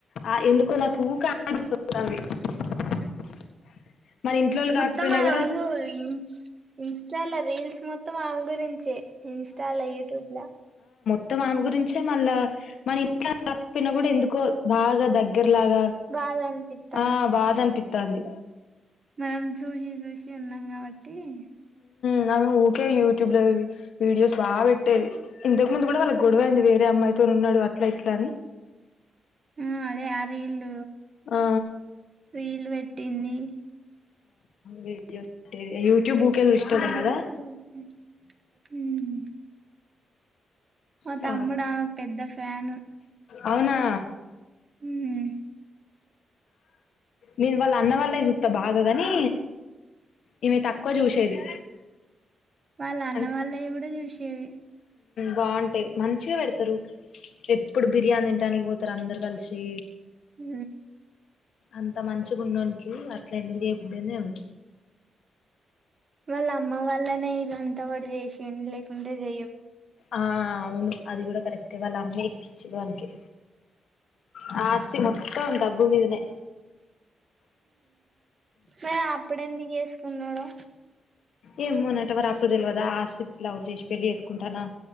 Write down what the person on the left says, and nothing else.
ఆ ఎందుకో నాకు <unintelligible>
కాకపోయినా కూడా
త్తం ఆమె గురించే మళ్ళా మన <unintelligible> కప్పిన కూడా ఎందుకో బాగా దగ్గర లాగా
ఆ బాద అనిపిత్ త్తాంది.
న్నాను ఊకే యూట్యూబ్ లో వీడి వీడియోస్ బాగ్పెట్టేది ఇంతకు ముందు కూడా వాళ్ళకి గొడవైంది వేరే అమ్మాయితో ఉన్నాడు అట్ల ఇట్ల అని
ఆ
వీడియోస్ యూ టబ్ ఊకె చూస్నాం
కాద
పా
అవునా
నేను వాళ్ళ అన్న వాళ్ళవి చూస్తా బాగా కని ఈమె తక్కువ చూసేది
అం
బాగుంటాయి మంచిగా పెడతారు ఎప్పుడు బిర్యానీ తంటానికి పోతారు అందరు కలిసి
అంత మంచిగా ఉండనికి అట్లా ఎందుకు చేబద్దేనేేమ
ఆ అవును అది కూడా కరెక్ట్ వాళ్ళ అమ్మ ఎక్కించంది వానికి ఆ ఆస్తి మొత్తం డబ్బు మీదనే
ఏం మో నెట వర అప్పుడు ఇల్వదా ఆస్తిలావరు చేసి పెళ్లిసు కుంటానా